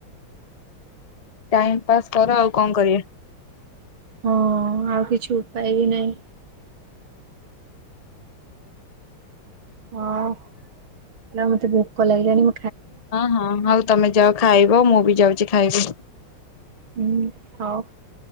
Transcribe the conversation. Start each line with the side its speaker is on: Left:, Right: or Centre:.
Left: ଟାଇମ ପାସ୍ କର ଆଉ କଣ କରିଆ।
Right: ହଁ ଆଉ କିଛି ଉପାୟ ବି ନାହିଁ। ହଁ କହିଲି ଆଉ ମତେ ଭୋକ ଲାଗିଲାଣିି
Left: ହଁ ହଁ ହଉ ତମେ ଯାଅ ଖାଇବ, ମୁଁ ବି ଯାଉଛି ଖାଇବି।
Right: ହୁଁ ହଉ।